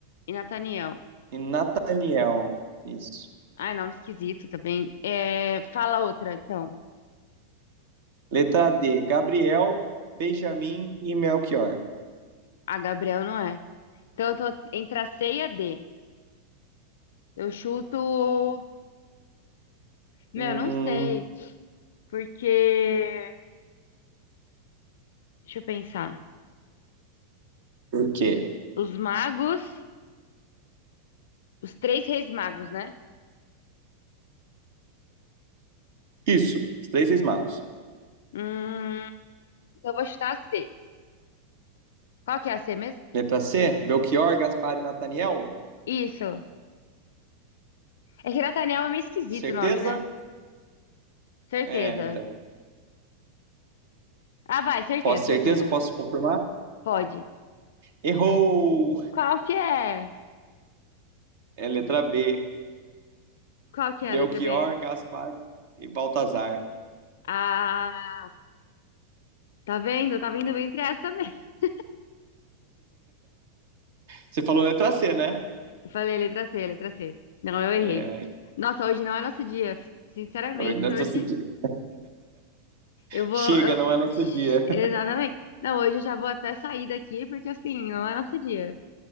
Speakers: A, on the left; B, on the right.
A: e Nathaniel.
B: E Nataniel, isso.
A: Ai, nome esquisito também. É, fala outra, então.
B: Letra D, Gabriel, Benjamin e Melchior.
A: A Gabriel não é. Então eu tô entre a C e a D. Eu chuto. Meu,
B: Hum,
A: não sei. Porque. Deixa eu pensar.
B: por quê?
A: Os magos. Os três reis magos, né?
B: Isso, os três ex-magos.
A: Hum, então eu vou chutar a C. Qual que é a C mesmo?
B: Letra C, Belchior, Gaspar e Nataniel.
A: Isso. É que Nathaniel é meio esquisito
B: Certeza?
A: o nome, né? Certeza.
B: É, então.
A: Ah, vai, certeza,
B: Posso
A: certeza.
B: certeza? Posso confirmar?
A: Pode.
B: Errou!
A: Qual que é?
B: É letra B.
A: Qual que
B: Belchior,
A: é a letra B?
B: Gaspar e Baltazar.
A: Ah, tá vendo? Tá vendo entre essa mesmo. <laughs>
B: Você falou letra C, né?
A: Eu falei letra C, letra C. Não, eu
B: É,
A: errei. Nossa, hoje não é nosso dia. Sinceramente,
B: hoje não é
A: hoje
B: nosso dia.
A: eu vou.
B: Chega,
A: eu-
B: não é nosso
A: Shhh,
B: dia.
A: Exatamente. Não, hoje eu já vou até sair daqui, porque assim, não é nosso dia.